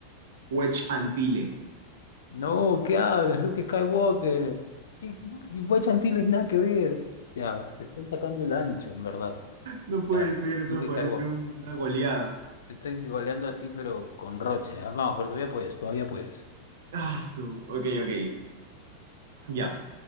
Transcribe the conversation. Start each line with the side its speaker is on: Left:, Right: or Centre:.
Right: Wedge Antille.
Left: No, ¿qué hablas? Luke Skywalker. ¿Qué- qué- Wedge Antilles nada que ver. Ya, te estoy sacando el ancho, en verdad.
Right: No puede
Left: Ya,
Right: ser, esto
Left: Luke
Right: parece
Left: Skywalker.
Right: una goleada.
Left: Te estoy goleando así, pero con roche. ¿ah? Vamos, pero todavía puedes, todavía puedes.
Right: Ah, su. Ok, ok. Ya.